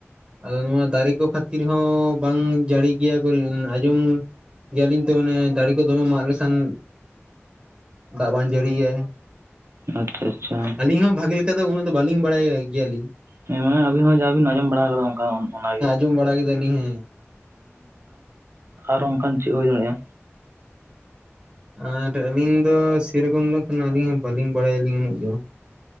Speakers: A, on the right; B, on the right.
A: ᱟᱫᱚ ᱱᱚᱣᱟ ᱫᱟᱨᱮ ᱠᱚ ᱠᱷᱟᱛᱤᱨ ᱠᱷᱟᱛᱤᱨ ᱦᱚᱸᱵᱟᱝ ᱡᱟᱹᱲᱤ ᱜᱮᱭᱟ ᱠᱚ ᱟᱸᱡᱚᱢ ᱜᱮᱭᱟᱞᱤᱧ ᱛᱚ ᱢᱟᱱᱮ ᱫᱟᱨᱮ ᱠᱚ ᱫᱚᱢᱮᱢ ᱢᱟᱜ ᱞᱮᱠᱷᱟᱱ ᱫᱟᱜᱽ ᱵᱟᱝ ᱡᱟᱹᱲᱤ ᱜᱮᱭᱟᱭ
B: ᱟᱪᱪᱷᱟ ᱟᱪᱪᱷᱟ
A: ᱟᱹᱞᱤᱧ ᱦᱚᱸ ᱵᱷᱟᱜᱮ ᱞᱮᱠᱟ ᱫᱚ ᱩᱱᱟᱹᱜ ᱫᱚ ᱵᱟᱹᱞᱤᱧ ᱵᱟᱲᱟᱭ ᱜᱮᱭᱟᱞᱤᱧ
B: ᱦᱮᱸ ᱢᱟᱱᱮ ᱟᱵᱤᱱ ᱦᱚᱸ ᱡᱟ ᱵᱤᱱ ᱟᱸᱡᱚᱢ ᱵᱟᱲᱟ ᱟᱠᱟᱫᱟ ᱚᱱᱠᱟ ᱚᱱᱟᱜᱮ
A: ᱡᱚᱢ ᱵᱟᱲᱟ ᱠᱮᱫᱟ ᱞᱤᱧ ᱦᱮᱸ
B: ᱟᱨ ᱟᱚᱱᱠᱟᱱ ᱪᱮᱫ ᱦᱩᱭ ᱫᱟᱲᱮᱭᱟᱜᱼᱟ᱾
A: ᱟᱨ ᱟᱹᱞᱤᱧ ᱫᱚ ᱥᱮᱨᱚᱠᱚᱢ ᱫᱚ ᱟᱹᱞᱤᱧ ᱦᱚᱸ ᱵᱟᱹᱞᱤᱧ ᱵᱟᱲᱟᱭᱟᱞᱤᱧ ᱩᱱᱟᱹᱜ ᱫᱚ